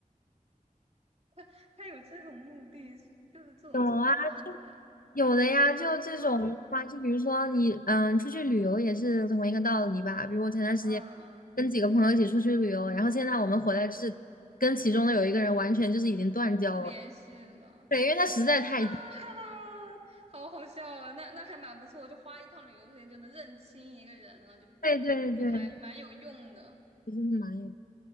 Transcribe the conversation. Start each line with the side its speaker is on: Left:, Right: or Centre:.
Right: 他他有这种目的，就是这种这种办法
Left: 有啊。有的呀，就这种的话，
Right: 啊，
Left: 就比如说你，嗯，出去旅游也是同一个道理吧。比如我前段时间
Right: 嗯嗯，
Left: 跟几个朋友一起出去旅游，然后现在我们回来就是跟其中的有一个人完全就是已经断交了，
Right: 不联系了。
Left: 对，因为他实在太，
Right: <laughs> 哈哈，好好笑啊！那那还蛮不错，就花一趟旅游时间就能认清一个人了，就
Left: 对对对，
Right: 就还蛮有用的。
Left: 其实是蛮有。